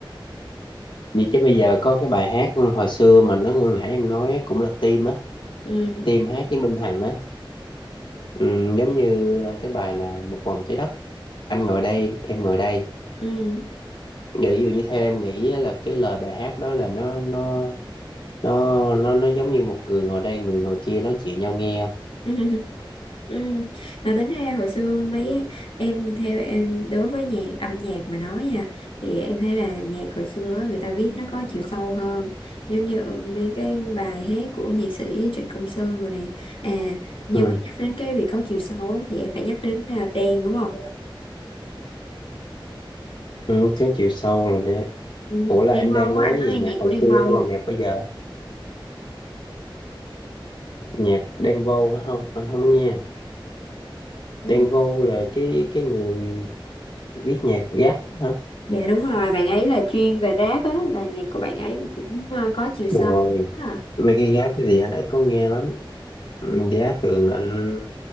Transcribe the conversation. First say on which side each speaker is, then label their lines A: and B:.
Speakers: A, on the left (about 65°); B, on the left (about 85°).
A: Vậy chứ bây giờ có cái bài hát ừ, hồi xưa mà nó nãy em nói á, cũng là Tim á,
B: ừ
A: Tim hát với Minh Hằng á, ừ, giống như ờ, cái bài là Một vòng trái đất, anh ngồi đây, em ngồi đây.
B: ừ
A: Vậy ví dụ như theo em nghĩ á, là cái lời bài hát đó là nó nó nó nó nó giống như một người ngồi đây, người ngồi kia nói chuyện nhau nghe không?
B: <laughs> Ừ. Mà tính ra hồi xưa mấy em theo em đối với nhạc âm nhạc mà nói nha thì em thấy là nhạc hồi xưa á, người ta viết nó có chiều sâu hơn giống như mấy cái bài hát của nhạc sĩ Trịnh Công Sơn rồi này à nhưng
A: Ừ,
B: mà nhắc đến cái việc có chiều sâu á, thì em phải nhắc đến à, Đen đúng không?
A: ừ có chiều sâu rồi đấy.
B: Ừ.
A: Ủa là
B: Đen
A: em
B: Vâu
A: đang nói
B: á anh có
A: về
B: nghe
A: nhạc
B: nhạc
A: hồi
B: của Đen
A: xưa
B: Vâu
A: hay là
B: không?
A: nhạc bây giờ? Nhạc Đen Vâu hả không? Anh không nghe.
B: Ừ.
A: Đen Vâu là cái cái người viết nhạc rap hả?
B: Dạ đúng rồi bạn ấy là chuyên về rap á là nhạc của bạn ấy là cũng à, có chiều sâu.
A: Rồi
B: Đúng À.
A: Mấy cái giáp cái gì anh ít có nghe lắm. Ừ,
B: Ừ.
A: Giá thường là anh